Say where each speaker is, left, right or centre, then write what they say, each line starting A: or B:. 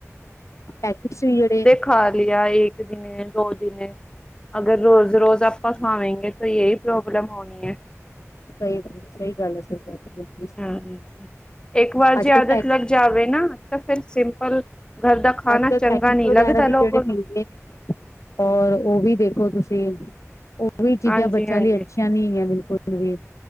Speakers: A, on the left; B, on the left.
A: ਐ ਪੈਕਟਸ ਸੀ ਜੇਹੜੇ
B: ਖਾ ਲਿਯਾ ਏਕ ਦਿਨੇ-ਦੋ ਦਿਨੇ ਅਗਰ ਰੋਜ਼-ਰੋਜ਼ ਆਪਾਂ ਖਾਵੇਂਗੇ ਤੋ ਯੇਈ ਪ੍ਰੋਬਲਮ ਹੋਣੀ ਐ।
A: ਸਈ ਗੱਲ ਐ, ਸਈ ਗੱਲ ਐ, ਸਈ ਗੱਲ ਐ ਸਈ
B: ਹ, ਇੱਕ ਵਾਰ ਜੇ ਆਦਤ
A: ਕੱਲ ਪੈ
B: ਲੱਗ ਜਾਵੇ ਨਾ ਤਾਂ ਫਿਰ ਸਿੰਪਲ ਘਰ ਦਾ ਖਾਣਾ
A: ਅੱਜ-ਕੱਲ
B: ਚੰਗਾ
A: ਪੈਕੇਟਿਸ
B: ਨਹੀਂ
A: ਵਗੈਰਾ
B: ਲੱਗਦਾ
A: ਵੀ
B: ਲੋਗੋ
A: ਕੇੜੇ ਠੀਕ
B: ਨੂੰ
A: ਨੇ। ਔਰ ਓ ਵੀ ਦੇਖੋ ਤੁਸੀਂ- ਓ ਵੀ ਚੀਜ਼ਾਂ
B: ਹਾਂਜੀ
A: ਬੱਚਿਆਂ
B: ਹਾਂਜੀ
A: ਲਈ ਅੱਛੀਆਂ ਨੀ ਹੈਗੀਆ ਬਿਲਕੁਲ ਵੀ